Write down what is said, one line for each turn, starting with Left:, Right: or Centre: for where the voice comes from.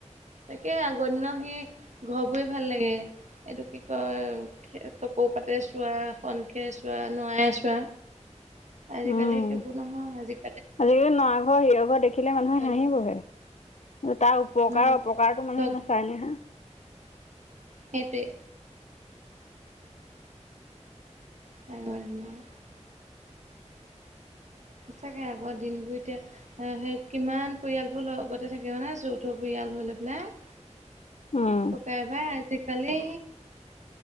Right: তাকে আগৰ দিনৰ সেই ঘৰ বোৰে ভাল লাগে এইটো কি কয় তকৌপাতে চোৱা খন খে চোৱা নোৱাই চোৱা
Left: <inaudible>
Right: আজিকালি
Left: উম
Right: সেইবোৰ নহয় আজি
Left: আজিকালি নৰা ঘৰ হিৰহ ঘৰ দেখিলে মানুহে
Right: ভয়
Left: হাঁহি বহে তাৰ উপকাৰ
Right: লাগে উম
Left: অপকাৰতো মানুহে
Right: ধক
Left: নাচাই নহয়।
Right: সেইটোৱে তাই হ'ল বোলে আও। চাগে আগৰ দিনবোৰ এতিয়া সেই কিমান পৰিয়ালবোৰ লগতে থাকে হয় নে, যৌথ পৰিয়াল ডাল ধৈ লৈ পেলাই।
Left: <unintelligible> উম
Right: ককাই বাই আজিকালি